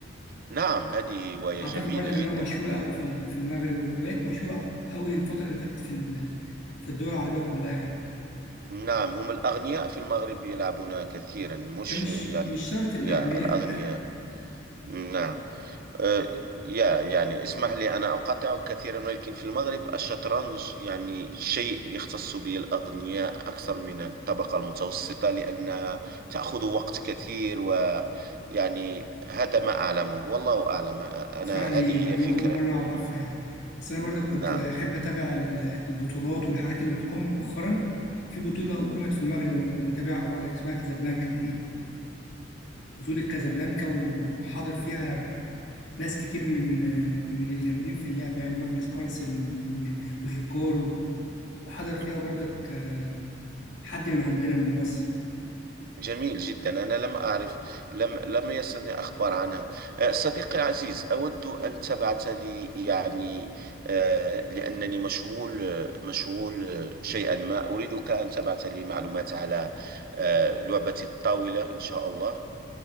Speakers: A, on the right; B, on the left.
A: نعم هذه هواية
B: أعتقد
A: جميلة
B: برضك إنها
A: جدا
B: مشهورة أوي في ال- في المغرب وبقت مشهورة أوي الفترة اللي فاتت في ال- في الدول العربية كلها يعني
A: نعم هم الأغنياء في المغرب يلعبون كثيرا مش
B: هي مش
A: يعني
B: مش شرط الأغنياء
A: يا الأغنياء نعم آه، يا يعني اسمح لي أنا أقاطعك كثيرا ولكن في المغرب الشطرنج يعني شيء يختص به الأغنياء أكثر من الطبقة المتوسطة لأنها تأخذ وقت كثير ويعني هذا ما أعلمه والله أعلم أنا
B: بصراحة دي
A: هذه
B: معلومة
A: هي فكرة
B: أول مرة أعرفها
A: م-
B: يعني بس أنا برضه كنت
A: نعم
B: بحب أتابع ال- البطولات والحاجات اللي بتقام مؤخرا في بطولة أقيمت في المغرب أنا كنت متابعها برضه اسمها كازابلانكا تقريبا بطولة كازابلانكا وحاضر فيها ناس كتير من من الجامدين في اللعب يعني ماجلس كارلسن و- وهيكارو وحضر فيها
A: مهم.
B: برضك آه، حد من عندنا من مصر
A: جميل جدا أنا لم أعرف لم لم يصلني أخبار عنها أه، صديقي العزيز أود أن تبعث لي يعني أه، لأنني مشغول أه، مشغول أه، شيئا ما أريدك أن تبعث لي معلومات على أه، لعبة الطاولة إن شاء الله